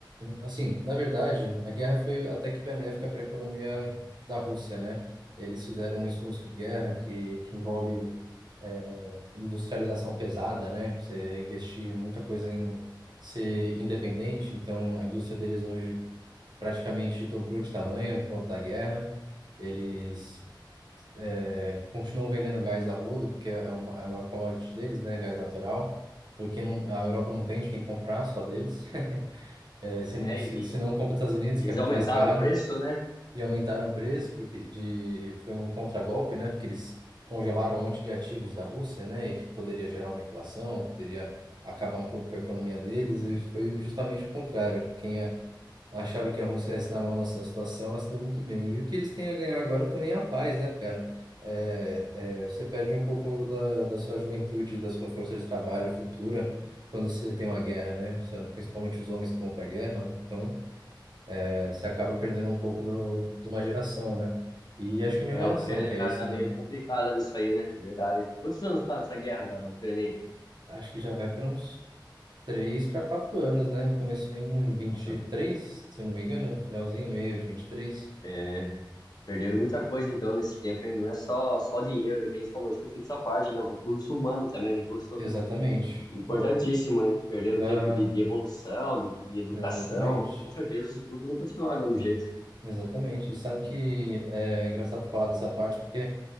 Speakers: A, on the right; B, on the left.
A: assim, na verdade, a guerra foi até que benéfica para a economia da Rússia, né? Eles fizeram um esforço de guerra que, que envolve é, industrialização pesada, né? Pra Você investir muita coisa em ser independente. Então, a indústria deles hoje praticamente dobrou de tamanho por conta da guerra. Eles eh, continuam vendendo gás a rodo, porque é uma- é a maior commodity deles, né? Gás natural. Porque não, a Europa não tem de quem comprar, só deles. <laughs> Eh, se
B: É,
A: não, se,
B: e
A: se não compra os Estados Unidos,
B: Eles
A: que é muito
B: aumentaram
A: mais caro.
B: o preço, né?
A: E aumentaram o preço porque de foi um contragolpe, né? Porque eles congelaram um monte de ativos da Rússia, né? E que poderia gerar uma inflação, poderia acabar um pouco com a economia deles. E foi justamente o contrário. Quem é- achava que a Rússia ia se dar mal nessa situação, ela se deu muito bem. E o que eles têm a ganhar agora também é a paz, né, cara? É, é, você perde um pouco da, da sua juventude, da sua força de trabalho futura quando você tem uma guerra, né? Principalmente os homens que vão para a guerra. Então é, Você acaba perdendo um pouco do, de uma geração, né? E acho que nenhuma
B: É, a
A: nação
B: Ucrânia
A: quer
B: tá,
A: isso,
B: tá
A: né?
B: meio complicada nisso aí, né? Verdade. Quantos anos tá nessa guerra da, da Ucrânia aí?
A: Acho que já vai para uns três para quatro anos, né? Começou em vinte
B: Nossa,
A: e três, se eu não me engano, finalzinho, meio de vinte e três,
B: é, perderam muita coisa então nesse tempo aí. Não é só, só dinheiro, né? Que a gente falou, esqueci dessa parte, né? O recurso humano também, né? recurso
A: Exatamente.
B: importantíssimo,
A: Pô,
B: hein? Perderam
A: na...
B: tempo de, de evolução, de, de educação.
A: Exatamente.
B: E, com certeza os estudos não continuaram do mesmo jeito.
A: Exatamente. E sabe que é engraçado falar dessa parte, porque